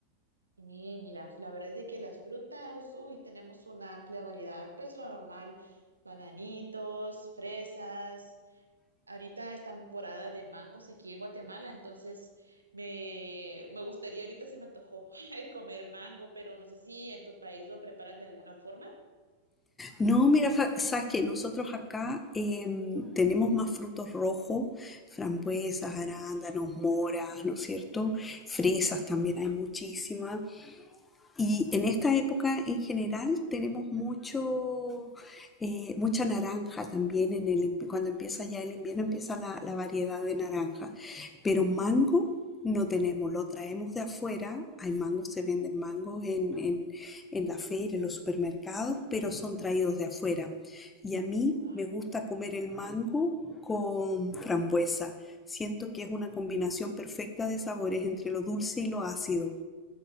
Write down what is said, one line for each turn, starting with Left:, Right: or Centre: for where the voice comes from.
Right: Y mira, la verdad es de que las frutas, uy, tenemos una amplia variedad, pues lo normal, bananitos, fresas. Ahorita está temporada de mangos aquí en Guatemala, entonces me, me gustaría, ahorita se me antojó <laughs> comer mango, pero no sé si en tu país lo preparan de alguna forma.
Left: No, mira, fa- sabes que nosotros acá em, tenemos más frutos rojos, frambuesas, arándanos, moras, ¿no es cierto? Fresas también hay muchísimas. Y en esta época en general tenemos mucho, eh, mucha naranja también. En el, cuando empieza ya el invierno empieza la, la variedad de naranja. Pero mango no tenemos, lo traemos de afuera. Hay mangos, se venden mangos en, en, en la feria, en los supermercados, pero son traídos de afuera. Y a mí
Right: Wow.
Left: me gusta comer el mango con frambuesa. Siento que es una combinación perfecta de sabores entre lo dulce y lo ácido.